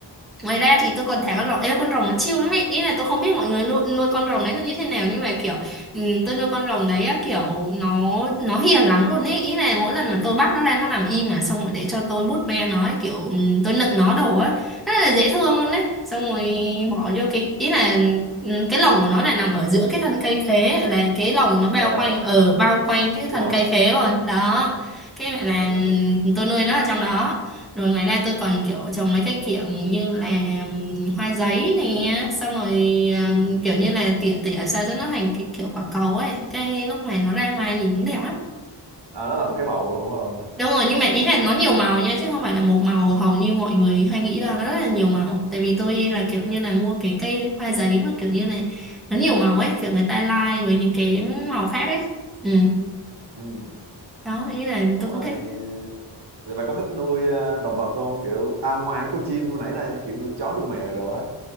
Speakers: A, in the centre; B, on the right.
A: Ngoài ra thì tôi còn thả con rồng, ê con rồng nó chill lắm ấy, ý là tôi không biết mọi người nuôi, nuôi con rồng đấy nó như thế nào nhưng mà kiểu ừ, tôi nuôi con rồng đấy á, kiểu nó nó hiền lắm luôn ấy, ý là mỗi lần mà tôi bắt nó ra nó nằm im mà xong rồi để cho tôi bút ve nó ấy, kiểu ừ, tôi nựng nó đồ á, rất là dễ thương luôn đấy, xong rồi bỏ vô cái ý là ừ, cái lồng của nó là nằm ở giữa cái thân cây khế là cái lồng nó bao
B: <laughs>
A: quanh
B: ờ
A: ở bao quanh cái thân
B: đúng rồi
A: cây khế luôn đó, cái
B: Ờ,
A: là ừ, tôi nuôi nó ở trong đó. Rồi ngoài ra tôi còn kiểu trồng mấy cái kiểu như là ừm, hoa giấy nè Xong rồi
B: ừ.
A: ừm, kiểu như là tỉa tỉa sao cho nó thành cái kiểu quả cầu ấy Cái lúc này nó ra hoa nhìn nó đẹp lắm
B: à, nó là một cái bầu luôn đúng không
A: Đúng rồi nhưng mà ý là nó nhiều màu nha Chứ không phải là một màu hồng như mọi người hay nghĩ đâu Nó rất là nhiều màu Tại vì tôi là kiểu như là mua cái cây hoa giấy mà kiểu như này Nó nhiều màu ấy Kiểu người ta lai với những cái màu khác ấy Ừ
B: ừ.
A: đó ý là
B: xong
A: tôi cũng
B: rồi
A: thích
B: rồi mày có thích nuôi ờ, động vật không kiểu à ngoài mấy con chim hồi nãy là nha, kiểu nuôi chó nuôi mèo đồ đó